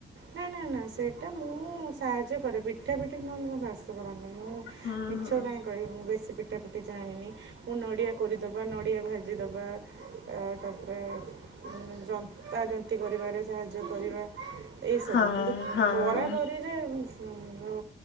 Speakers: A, on the right; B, on the left.
A: ନା ନା ନା ସେଇଟା ମୁଁ ସାହାଯ୍ୟ କରେ ପିଠା ପିଠି ନହେଲେ ମୋ ଶାଶୁ କରନ୍ତି ମୁଁ
B: ହଁ
A: ମିଛ
B: ହଁ।
A: କାହିଁ କହିବି ମୁଁ ବେସି ପି ପିଠାପିଠି ଜାଣିନି ମୁଁ ନଡ଼ିଆ କୋରିଦେବା ନଡ଼ିଆ ଭାଜିଦେବା ଆ ତାପ ରେ ଉଁ ଯନ୍ତା ଯନ୍ତୀ କରିବାରେ ସାହାଯ୍ୟ କରିବା। ଏଇସବୁ
B: ହଁ
A: କିନ୍ତୁ ଉଁ
B: ହଁ
A: କରାକିରିରେ ଉଁ